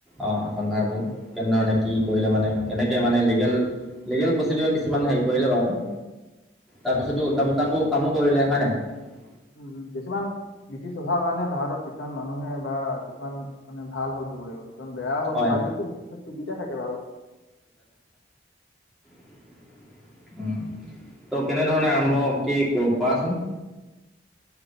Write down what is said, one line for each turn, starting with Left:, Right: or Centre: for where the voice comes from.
Centre: অ, শনভাৰবোৰ কেনেধৰণে কি কৰিলে মানে, কেনেকৈ মানে লিগেল, লিগেল প্ৰচিডিৰ কিছুমান হেৰি কৰিলে বাৰু, তাৰপিছতো উল্টা, পুল্টাকো কামো কৰিলে হয়নে, নাই।
Left: উ, উ, কিছুমান ব্ৰিটিছ হভোৱাৰ কাৰণে, ভাৰতত কিছুমান মানুহে বা কিছুমান মানে ভাল হ'ল। লাগিব কিমান বেয়া হ'ল
Centre: হয়।
Left: ভাল, দেখো চুবিধা থাকে বাৰু।
Centre: উ, ত, কেনেধৰণে আৰম্ভ কি, কৰাচোন।